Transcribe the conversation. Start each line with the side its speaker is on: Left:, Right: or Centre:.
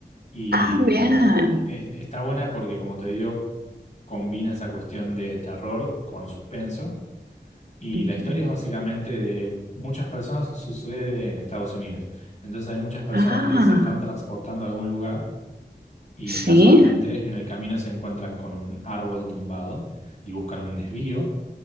Left: Y
Right: Ah,
Left: mm,
Right: bien.
Left: es- está buena porque, como te digo, combina esa cuestión de terror con suspenso. Y
Right: Ujú.
Left: la historia es básicamente de muchas personas, su- sucede en Estados Unidos. Entonces hay muchas personas
Right: Ah,
Left: que se están transportando a algún lugar y
Right: sí.
Left: casualmente en el camino se encuentran con un árbol tumbado y buscan un desvío.